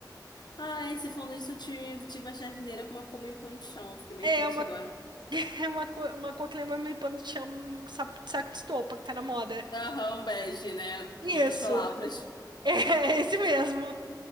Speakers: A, on the left; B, on the right.
A: Ai, você falando isso, eu tive, tive uma jardineira com uma coma em pão de chão. Fiquei meio
B: É
A: triste
B: uma,
A: agora.
B: <laughs> é uma, co- uma cor que lembra meio pano de chão, um sapo de saco de estopa, que tá na moda.
A: Aham, um bege, né?
B: Isso.
A: Em outras palavras.
B: <laughs> É é esse mesmo.